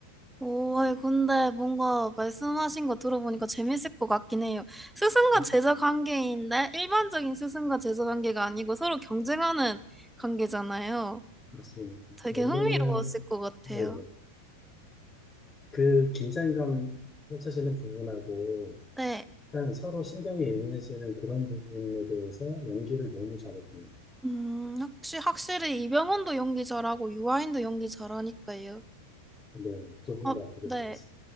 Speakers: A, in the centre; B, on the left.
A: 오, 아니, 근데 뭔가 말씀하신 거 들어보니까 재밌을 것 같긴 해요. 스승과
B: 음,
A: 제자 관계인데, 일반적인 스승과 제자 관계가 아니고 서로 경쟁하는 관계잖아요.
B: 맞습니다.
A: 되게
B: 원래는
A: 흥미로웠을 것 같아요.
B: 뭐예요? 막 그 긴장감 펼쳐지는 부분하고
A: 네.
B: 일단 서로 신경이 예민해지는 그런 부분에 대해서 연기를 너무 잘했던 거.
A: 음, 혹시 확실히 이병헌도 연기 잘하고 유아인도 연기 잘하니까요.
B: 네, 두분
A: 어,
B: 다 되게
A: 네.
B: 잘했어요.